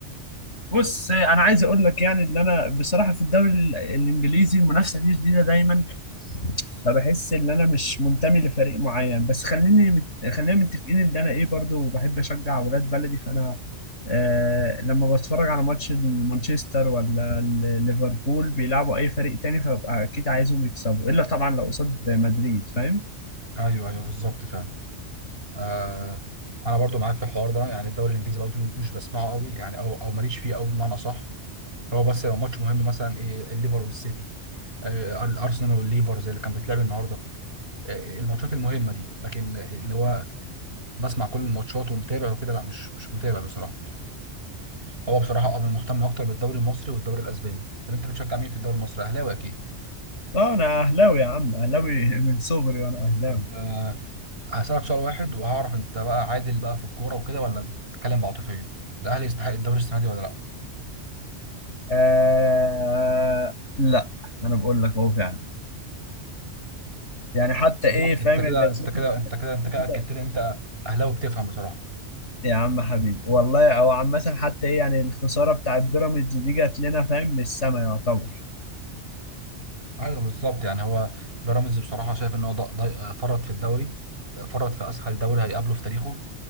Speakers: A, on the left; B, on the right.
A: بص انا عايز اقول لك يعني اللي انا بصراحه في الدوري ال- الانجليزي المنافسه فيه شديده دايما فبحس ان انا مش منتمي لفريق معين بس خليني مت... خلينا متفقين ان انا ايه برضو بحب اشجع اولاد بلدي فانا آه لما بتفرج على ماتش مانشستر ولا ال- ليفربول بيلعبوا اي فريق تاني فببقى اكيد عايزهم يكسبوا الا طبعا لو قصاد مدريد فاهم
B: ايوه ايوه بالظبط فعلا آه انا برضو معاك في الحوار ده يعني الدوري الانجليزي برضو مش بسمعه قوي يعني او او ماليش فيه قوي بمعنى صح هو بس لو ماتش مهم مثلا ايه الليفر والسيتي آه الارسنال والليفر زي اللي كان بيتلعب النهارده آه الماتشات المهمه دي لكن اللي هو بسمع كل الماتشات ومتابع وكده لا مش مش متابع بصراحه هو بصراحه اه مهتم اكتر بالدوري المصري والدوري الاسباني طب انت بتشجع مين في الدوري المصري اهلاوي اكيد
A: اه انا اهلاوي يا عم اهلاوي <laughs> من صغري وانا اهلاوي
B: طب آه، هسالك سؤال واحد وهعرف انت بقى عادل بقى في الكوره وكده ولا بتتكلم بعاطفيه الاهلي يستحق الدوري السنه دي ولا لا
A: آه لا انا بقول لك اهو فعلا يعني حتى
B: بالظبط
A: ايه فاهم
B: انت كده
A: جات
B: انت
A: لنا
B: كده انت
A: جات
B: كده انت
A: لنا
B: كده
A: كده
B: اكدت لي ان انت اهلاوي بتفهم بصراحه
A: يا عم حبيبي والله او عامة حتى ايه يعني الخسارة بتاعت بيراميدز دي جات لنا فاهم من السما يعتبر
B: ايوه بالظبط يعني هو بيراميدز بصراحه شايف ان هو ض- ض- فرط في الدوري فرط في اسهل دوري هيقابله في تاريخه